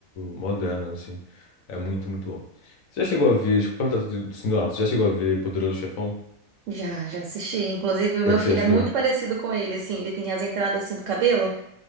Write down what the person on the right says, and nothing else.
Já, já assisti. Inclusive, o
meu
filho
é muito parecido com ele, assim. Ele tem as entradas assim do cabelo.